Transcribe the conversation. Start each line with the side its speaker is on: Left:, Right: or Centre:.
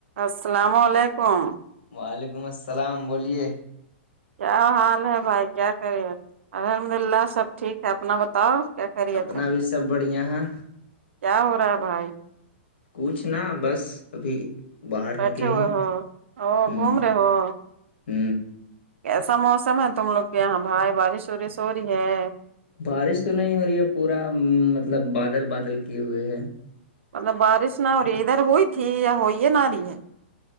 Right: السلام علیکم
Left: وعلیکم اسلام بولیے
Right: کیا حال ہے بھائی کیا کرے الحمد اللہ سب ٹھیک ہے اپنا بتاؤ کیا خیریت
Left: اپنا
Right: ہے
Left: بھی سب بڑھیاں ہے
Right: کیا ہو رہا ہے بھائی
Left: کچھنا بس ابھی باہر
Right: بیٹھے
Left: نکلے
Right: ہوئے
Left: ہیں
Right: ہو اور
Left: ہ
Right: گھوم رہے ہو
Left: ہ
Right: کیسا موسم ہے تم لوگ کے یہاں بھائی بارش وورش ہو رہی ہے
Left: بارش تو نہیں ہو رہی ہے پورا مطلب بادل بادل کیے ہوئے ہے
Right: مطلب بارش نہ ہو رہی ادھر ہوئی تھی یا ہوئی ہے نہ رہی ہے